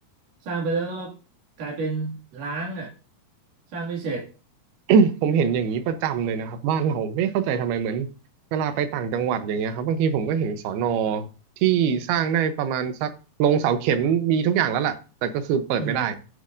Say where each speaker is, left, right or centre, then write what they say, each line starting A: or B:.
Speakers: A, on the right (about 55°); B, on the right (about 80°).
A: สร้างไปแล้วก็กลายเป็นล้างอ่ะสร้างไม่เสร็จ
B: <coughs> <clears throat> ผมเห็นอย่างนี้ประจำเลยนะครับบ้านเราไม่เข้าใจทำไมเหมือนเวลาไปต่างจังหวัดอย่างเงี้ยครับบางทีผมก็เห็นสอนอที่สร้างได้ประมาณสักลงเสาเข็มมีทุกอย่างแล้วแหละแต่ก็คือเปิดไม่ได้
A: อืม